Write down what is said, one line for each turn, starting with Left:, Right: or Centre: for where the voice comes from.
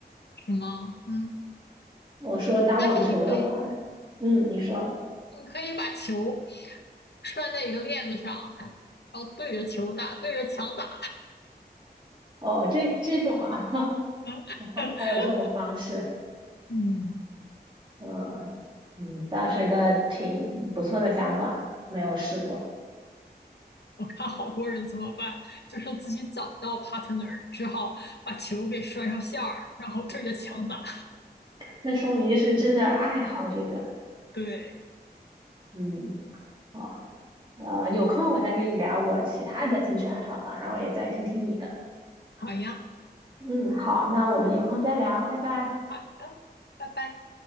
Left: 是吗？嗯，
Right: 我说打网球的话，
Left: 但是你可以，
Right: 嗯，你说
Left: 你可以把球拴在一个链子上，然后对着球打，对着墙打。
Right: 哦，这这种啊，
Left: <laughs>
Right: <laughs> 还还有这种方式，
Left: 嗯，
Right: 呃，嗯，倒是个挺不错的想法，没有试过，
Left: 我看好多人怎么办，就是自己找不到 partner，只好把球给拴上线儿，然后对着墙打。
Right: 嗯，那说明是真的爱好这个，
Left: 对，
Right: 嗯，好，呃，有空我再跟你聊我其他的兴趣爱好吧，然后也再听听你的，
Left: 好呀，
Right: 嗯，好，那我们有空再聊，拜拜。
Left: 好的，拜拜。